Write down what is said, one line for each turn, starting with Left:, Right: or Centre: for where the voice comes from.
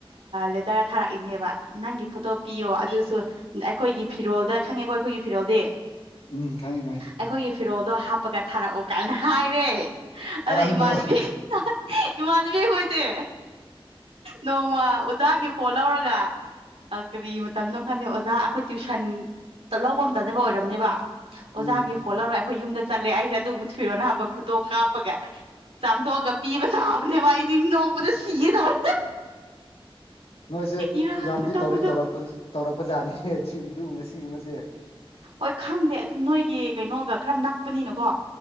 Right: ꯂꯦꯇꯔ ꯊꯥꯔꯛꯏꯅꯦꯕ ꯅꯪꯒꯤ ꯐꯣꯇꯣ ꯄꯤꯌꯣ ꯑꯗꯨꯁꯨ ꯑꯩꯈꯣꯏꯒꯤ ꯐꯤꯔꯣꯜꯗ ꯈꯪꯉꯦꯀꯣ ꯑꯩꯈꯣꯏꯒꯤ ꯐꯤꯔꯣꯜꯗꯤ
Left: ꯎꯝ ꯈꯪꯉꯤ ꯒꯥꯏ
Right: ꯑꯩꯈꯣꯏꯒꯤ ꯐꯤꯔꯣꯜꯗꯣ ꯍꯥꯞꯄꯒ ꯊꯥꯔꯛꯎ ꯀꯥꯏꯅ ꯍꯥꯏꯔꯦ
Left: ꯀꯔꯟꯗꯣ
Right: ꯑꯗꯨꯗꯣ ꯏꯃꯥꯟꯅꯕꯤ ꯏꯃꯥꯟꯅꯕꯤ ꯑꯈꯣꯏꯁꯦ ꯅꯣꯡꯃ ꯑꯣꯖꯥꯒꯤ ꯐꯣꯜ ꯂꯧꯔꯒ ꯀꯔꯤ ꯃꯇꯝꯅꯣ ꯈꯪꯗꯦ ꯑꯣꯖꯥ ꯑꯩꯈꯣꯏ ꯇ꯭ꯋꯏꯁꯟ ꯂꯧꯕ ꯑꯝꯇꯅꯦꯅꯕ ꯑꯣꯏꯔꯝꯅꯦꯕ ꯑꯣꯖꯥꯒꯤ
Left: ꯎꯝ
Right: ꯐꯣꯜ ꯂꯧꯔꯣ ꯑꯩꯈꯣꯏ ꯌꯨꯝꯗ ꯆꯠꯂꯦ ꯑꯩꯁꯦ ꯑꯗꯨ ꯊꯨꯏꯔꯣꯅ ꯍꯥꯏꯕ ꯐꯨꯇꯣ ꯀꯥꯞꯄꯒꯦ ꯆꯥꯝꯊꯣꯛꯑꯒ ꯄꯤꯕ ꯆꯥꯕꯅꯦ ꯃꯥꯏꯗꯣ ꯄꯗ
Left: ꯑꯁ
Right: ꯁꯤꯒꯦ ꯇꯧꯔꯦ
Left: ꯅꯣꯏꯁꯦ
Right: ꯏꯔꯥꯡ
Left: ꯌꯥꯝꯗꯤ
Right: ꯈꯨꯇꯧꯗꯣ
Left: ꯇꯧꯔꯤ ꯇꯧꯔꯛꯄ ꯇꯧꯔꯛꯄ ꯖꯥꯠꯅꯤꯍꯦ ꯑꯗꯨꯒꯨꯝꯕ ꯁꯤꯒꯨꯝꯕꯁꯦ
Right: ꯍꯣꯏ ꯈꯪꯗꯦ ꯑꯗꯨꯝ ꯅꯣꯏꯒꯤ ꯀꯩꯅꯣꯒ ꯈꯔ ꯅꯛꯄꯅꯤꯅꯀꯣ